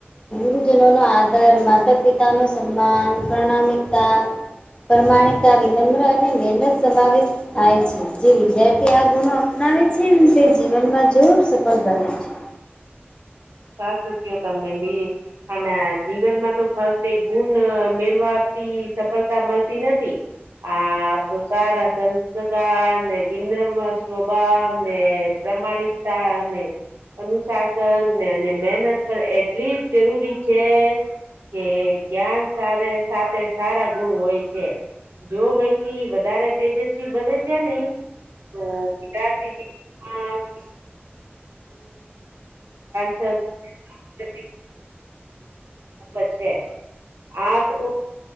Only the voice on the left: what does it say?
ગુરુજનોનો આદર માતા પિતાનો સન્માન પ્રણામિકતા પ્રમાણતા વિનમ્ર અને મહેનત સમાવેશ થાય છે જે વિદ્યાર્થી આ ગુણો અપનાવે છે ન તે જીવનમાં જરુર સફળ બને છે